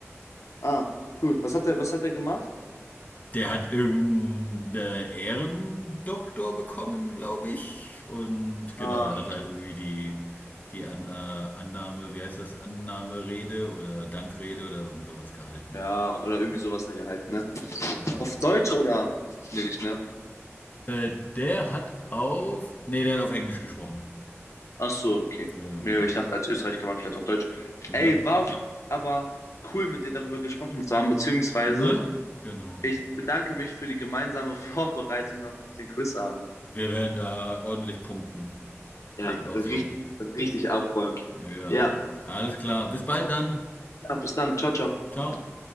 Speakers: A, on the left; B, on the left.
A: Ah, cool. Was hat er, was hat er gemacht?
B: Der hat irgendeinen Ehrendoktor bekommen, glaube ich. Und genau,
A: Ah,
B: da hat er halt irgendwie die, die An äh, Annahme, wie heißt das, Annahmerede oder Dankrede oder irgend sowas gehalten.
A: ja, oder irgendwie sowas hat er gehalten, ne?
B: Genau.
A: Auf Deutsch oder nicht, ne?
B: Äh, der hat auf, nee, der hat auf Englisch gesprochen.
A: Ach so, okay.
B: Ja.
A: Nee, ich dachte, als Österreich kann man vielleicht auch Deutsch.
B: Ne?
A: Ey, war auf, aber cool, mit dir darüber gesprochen zu haben, beziehungsweise
B: Ne? Genau.
A: ich bedanke mich für die gemeinsame <laughs> Vorbereitung auf den Quizabend.
B: Wir werden da ordentlich punkten. Pfleg
A: Ja,
B: auch
A: richtig,
B: so.
A: richtig abräumen.
B: Ja.
A: Ja,
B: Alles klar. Bis bald dann.
A: ja, bis dann. Ciao, ciao.
B: Ciao.